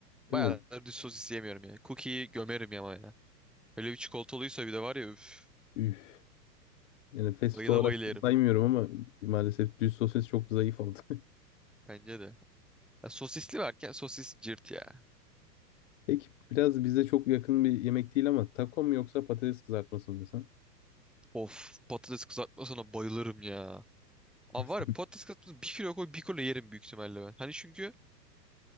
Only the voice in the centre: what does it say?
Bayağıdır
düz sosis yemiyorum yani. Cookie'yi gömerim ama ya. Öyle bir çikolatalıysa bir de var ya üf.
Bayıla
bayıla
yerim.
Bence de. Ya sosisli varken sosis cırt ya.
Of patates kızartmasına bayılırım ya. Abi
var ya patates kızartması bir kilo koy bir kilo yerim büyük ihtimalle ben. Hani çünkü